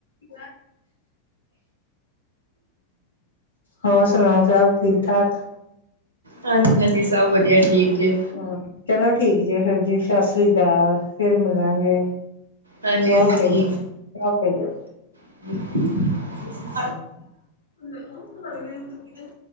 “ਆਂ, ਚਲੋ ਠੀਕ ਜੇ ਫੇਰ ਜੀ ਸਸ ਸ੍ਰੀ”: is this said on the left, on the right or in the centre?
Left